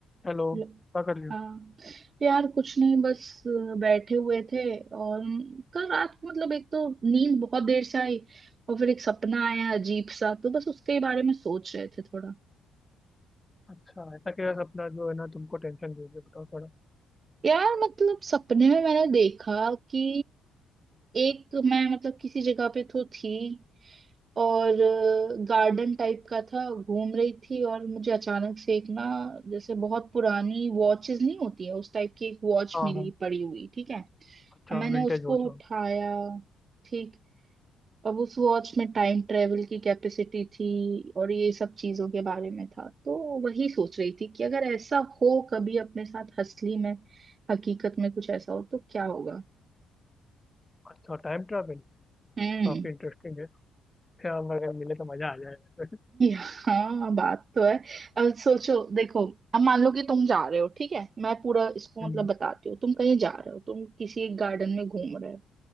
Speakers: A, on the left; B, on the right.
A: Hello
B: ल-
A: क्या कर रही हो
B: हाँ तो यार कुछ नहीं बस बैठे हुए थे और कल रात को मतलब एक तो नींद बहुत देर से आई और फिर एक सपना आया अजीब सा तो बस उसके बारे में सोच रहे थे थोड़ा
A: अच्छा ऐसा क्या सपना जो है ना तुमको टेंशन दे रही है बताओ थोड़ा
B: यार मतलब सपने में मैंने देखा कि एक मैं मतलब किसी जगह पे तो थी और गार्डन टाइप का था घूम रही थी और मुझे अचानक से एक ना जैसे बहुत पुरानी वॉचेस नहीं होती है उस टाइप की एक वॉच
A: हाँ
B: मिली
A: हाँ
B: पड़ी हुई ठीक है
A: अच्छा
B: मैंने
A: विंटेज
B: उसको
A: वॉच
B: उठाया
A: हाँ
B: ठीक अब उस वॉच में टाइम ट्रेवल की कैपेसिटी थी और ये सब चीजों के बारे में था तो वही सोच रही थी कि अगर ऐसा हो कभी अपने साथ असली में हकीकत में कुछ ऐसा हो तो क्या होगा
A: अच्छा टाइम ट्रैवल
B: हम्म
A: काफी इंटरेस्टिंग है यार अगर मिले तो मजा आ जाएगा
B: हाँ बात तो है अब सोचो देखो अब मान लो कि तुम जा रहे हो ठीक है मैं पूरा
A: <laughs>
B: इसको
A: हम्म,
B: मतलब बताती हूँ तुम कहीं जा रहे हो तुम किसी एक गार्डन में घूम रहे हो